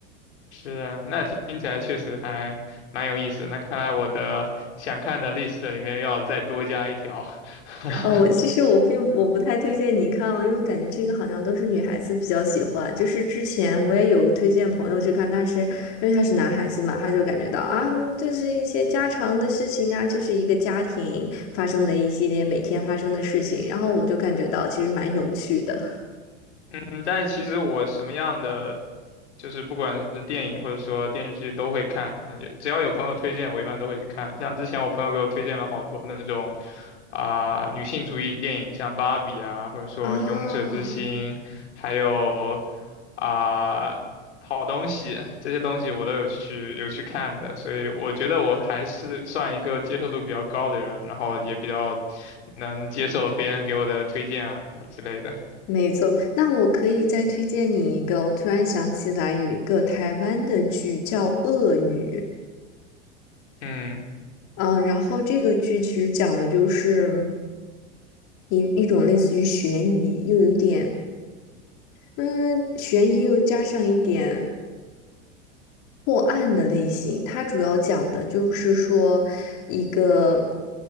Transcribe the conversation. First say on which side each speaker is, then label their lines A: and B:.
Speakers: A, on the left; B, on the left.
A: 是啊，那听起来确实还蛮有意思的那看来我的想看的 list 里面要再多加一条。<laughs>
B: 哦，我其实我并我不太推荐你看了，因为感觉这个好像都是女孩子比较喜欢。就是之前我也有推荐朋友去看，但是因为他是男孩子嘛，他就感觉到啊，就是一些家常的事情啊，就是一个家庭发生的一系列每天发生的事情，然后我就感觉到其实蛮有趣的。
A: 嗯，但是其实我什么样的，就是不管是电影或者说电视剧都会看，就只要有朋友推荐，我一般都会去看。像之前我朋友给我推荐了好多那种啊、女性主义电影，像《芭比》啊，或者说《勇者之心》，
B: 啊，
A: 还有啊、好东西，这些东西我都有去有去看的，所以我觉得我还是算一个接受度比较高的人，然后也比较能接受别人给我的推荐啊之类的。
B: 没错，那我可以再推荐你一个，我突然想起来有一个台湾的剧叫《恶女》。
A: 嗯。
B: 嗯，呃然后这个剧其实讲的就是一一种类似于悬疑，又有点嗯悬疑，又加上一点破案的类型，它主要讲的就是说一个